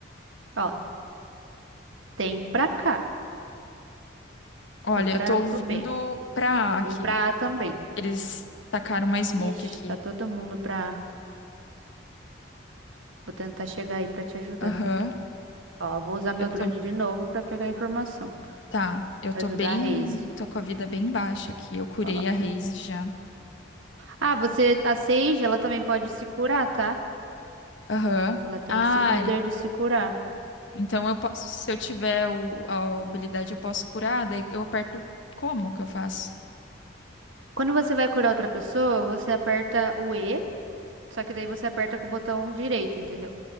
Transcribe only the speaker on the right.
Ó, tem pra cá,
tem pra
pro B
e tem
pra A também.
Ixi,
tá todo mundo pra. Vou tentar chegar aí pra te ajudar.
Ó, vou usar meu
drone
de novo pra pegar informação,
pra
ajudar
a Raze.
Ó.
Ah, você a Sage, ela também pode se curar, tá?
Ela tem
esse poder de se curar.
Quando você vai curar outra pessoa, você aperta o E Só que daí você aperta com o botão direito, entendeu?